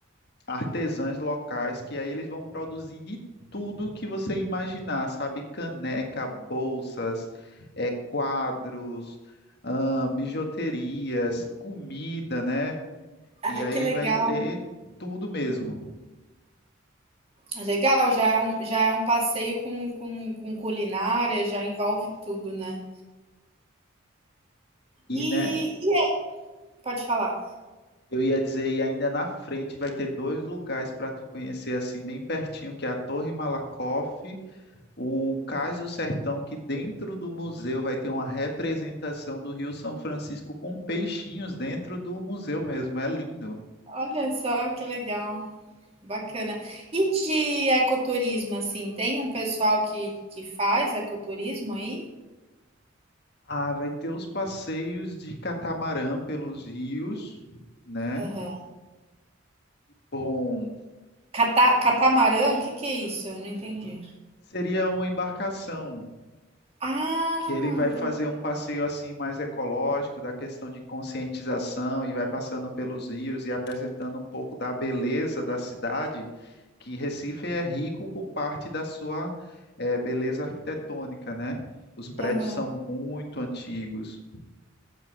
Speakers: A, on the left; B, on the right.
A: artesãs locais que aí eles vão produzir de tudo que você imaginar, sabe? Caneca, bolsas, é, quadros, ahn, bijuterias, comida, né?
B: Ai,
A: E aí
B: que legal.
A: vai ter tudo mesmo.
B: É Legal, já é um, já é um passeio com, com, com culinária, já envolve tudo, né?
A: E,
B: E,
A: né,
B: e- pode falar.
A: eu ia dizer, e ainda na frente vai ter dois lugares para tu conhecer assim bem pertinho, que é a Torre Malakoff o Cais do Sertão, que dentro do museu vai ter uma representação do Rio São Francisco com peixinhos dentro do museu mesmo, é lindo.
B: Olha só que legal, bacana. E de ecoturismo, assim, tem um pessoal que, que faz ecoturismo aí?
A: Ah, vai ter os passeios de catamarã pelos rios, né?
B: Aham.
A: Bom,
B: Cata- catamarã, o que que é isso? Eu não entendi.
A: seria uma embarcação
B: Ah,
A: que ele vai
B: entendi.
A: fazer um passeio assim mais ecológico, da questão de conscientização e vai passando pelos rios e apresentando um pouco da beleza da cidade, que Recife é rico por parte da sua eh, beleza arquitetônica, né? Os prédios
B: Aham.
A: são muito antigos.